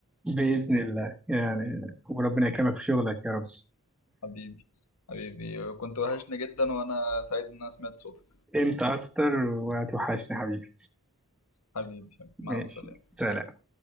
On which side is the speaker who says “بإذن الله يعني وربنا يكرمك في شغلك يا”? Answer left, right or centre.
Centre